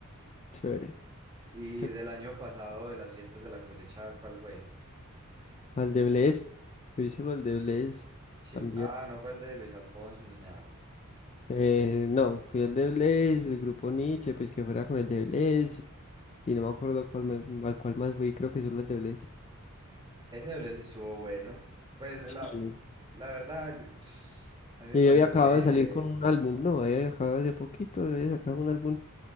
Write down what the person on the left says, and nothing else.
Chévere.
Que-
Al de Blaze. Fui solo al de Blaze
también.
Eh, no, fui al de Blaze, el grupo Nietzsche, pues que fuera con el de Blaze. Y no me acuerdo cuál me- al cual más fui, creo que solo al de Blaze.
Sí.
Y
yo había acabado
de salir con un álbum, no, había acabado hace poquito, había sacado un álbum